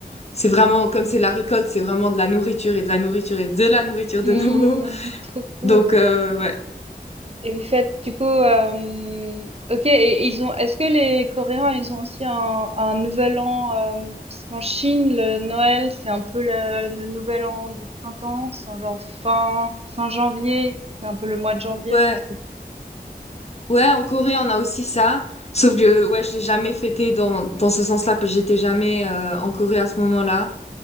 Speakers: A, on the left (about 40°); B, on the right (about 40°).
A: c'est vraiment, comme c'est la récolte, c'est vraiment de la nourriture et de la nourriture et de la nourriture de
B: Mmh,
A: nouveau. <laughs>
B: trop cool.
A: Donc, euh, ouais.
B: Et vous faites du coup, hem, OK et ils ont est-ce que les Coréens, ils ont aussi un un nouvel an, hem, parce qu'en Chine, le Noël, c'est un peu le le nouvel an du printemps, c'est en genre fin fin janvier, c'est un peu le mois de janvier,
A: Ouais,
B: c'est un peu
A: Ouais,
B: plus,
A: en Corée,
B: heu,
A: on a aussi ça. Sauf que, euh, ouais, je l'ai jamais fêté dans, dans ce sens-là, parce que j'étais jamais euh, en Corée à ce moment-là.